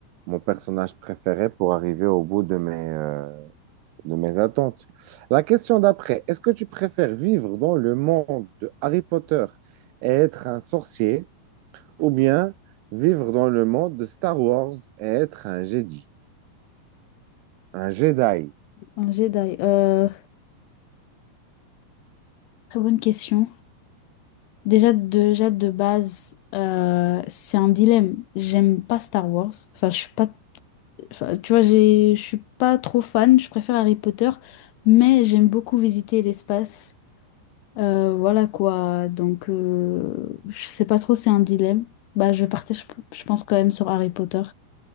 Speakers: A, on the right; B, on the left.
A: mon personnage préféré pour arriver au bout de mes, euh, de mes attentes. La question d'après, est-ce que tu préfères vivre dans le monde de Harry Potter et être un sorcier ou bien vivre dans le monde de Star Wars et être un Jedi, un Jedi?
B: Un Jedi. euh, Très bonne question. Déjà, déjà de base, euh, c'est un dilemme. J'aime pas Star Wars. Enfin, je suis pas. enfin, tu vois, j'ai, je suis pas trop fan. Je préfère Harry Potter, mais j'aime beaucoup visiter l'espace. Euh, voilà quoi. Donc, euh, je sais pas trop. C'est un dilemme. Bah, je partais. Je, je pense quand même sur Harry Potter,